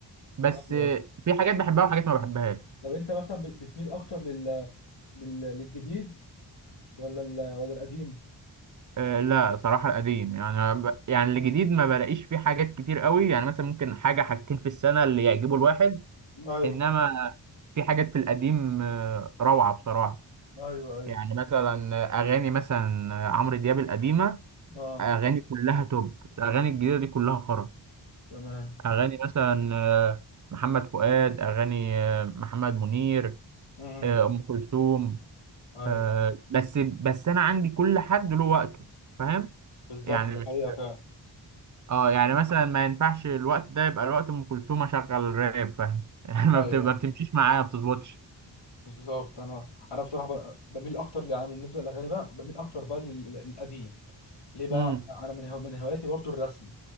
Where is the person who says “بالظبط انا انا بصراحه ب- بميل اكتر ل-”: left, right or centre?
Left